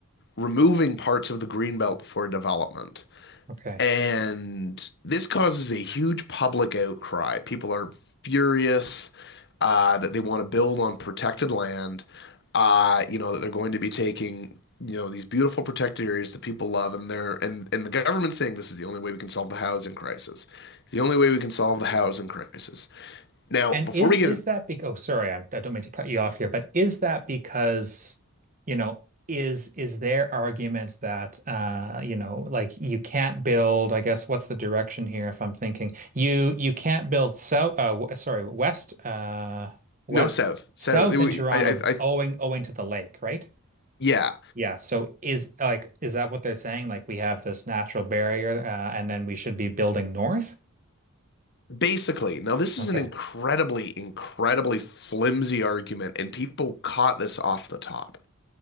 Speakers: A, on the left; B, on the right.
A: removing parts of the greenbelt for development.
B: <laughs> okay.
A: And this causes a huge public outcry. People are furious uh, that they want to build on protected land, uh, you know, that they're going to be taking, you know, these beautiful protected areas that people love, and they're and and the government's saying this is the only way we can solve the housing crisis. The only way we can solve the housing crisis. Now,
B: And
A: before
B: is
A: we get
B: is
A: in,
B: that because, oh, sorry, I, I don't mean to cut you off here, but is that because, you know, is is their argument that uh, you know, like you can't build, I guess, what's the direction here if I'm thinking you you can't build south uh w- sorry, west uh west
A: no, south, south.
B: south
A: it w-
B: in Toronto
A: I, I, I-
B: owing owing to the lake, right?
A: yeah.
B: Yeah, so is like is that what they're saying? Like we have this natural barrier uh, and then we should be building north?
A: Basically, now this
B: Okay.
A: is an incredibly, incredibly flimsy argument, and people caught this off the top.